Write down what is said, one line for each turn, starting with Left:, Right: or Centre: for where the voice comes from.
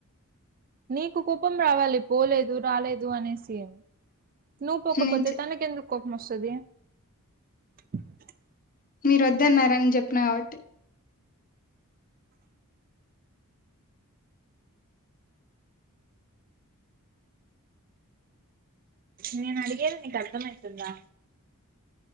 Right: నీకు కోపం రావాలి పోలేదు రాలేదు అనేసి ఏమి నువ్వు పోకపోతే
Left: నేను చె
Right: తనకు ఎందుకు కోపం మస్తాది <unintelligible>
Left: మీరు వద్దన్నారని చెప్పిన కాబట్టి
Right: నేను అడిగేది నీకు అర్థమవుతుందా